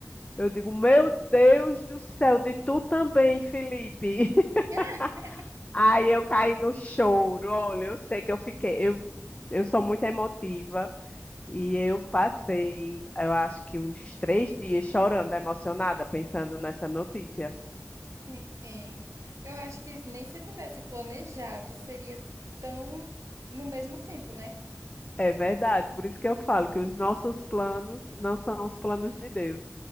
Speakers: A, on the left; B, on the right.
A: Eu digo: Meu Deus do céu, de tu também, Felipe. <laughs>
B: Ah,
A: Aí eu caí no choro. Olha, eu sei que eu fiquei. Eu, eu sou muito emotiva e eu passei, eu acho que uns três dias chorando, emocionada, pensando nessa notícia.
B: hein, hein. Eu acho que nem se tivesse planejado, seria tão no mesmo tempo, né?
A: É verdade, por isso que eu falo que os nossos planos não são os planos de Deus.